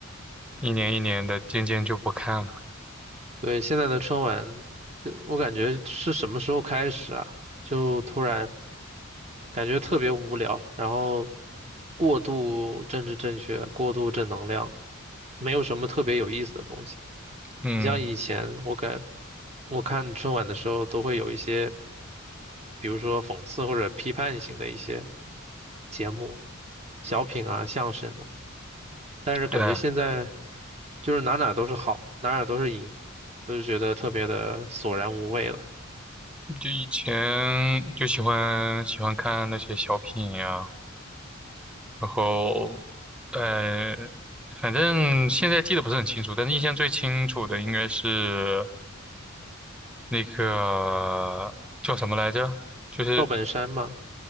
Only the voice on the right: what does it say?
对，现在的春晚，就我感觉是什么时候开始啊？就突然。感觉特别无聊，然后过度政治正确，过度正能量，没有什么特别有意思的东西。
你像以前我感我看春晚的时候，都会有一些，比如说讽刺或者批判性的一些节目、小品啊、相声啊，但是感觉现在
就是哪哪都是好，哪哪都是赢，我就觉得特别的索然无味了。
赵本山嘛，